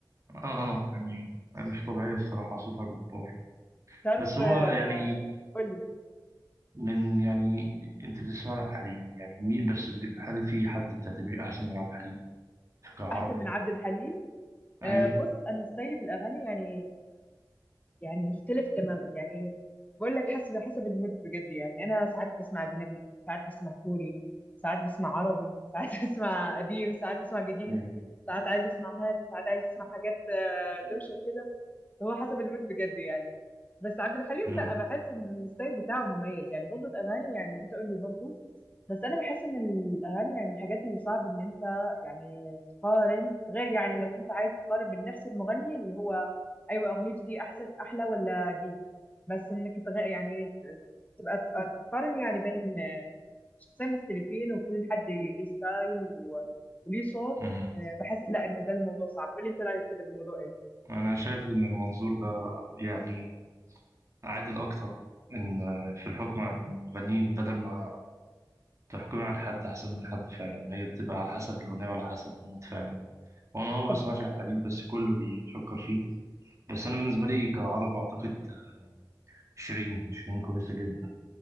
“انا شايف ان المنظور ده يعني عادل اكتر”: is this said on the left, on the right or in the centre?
Right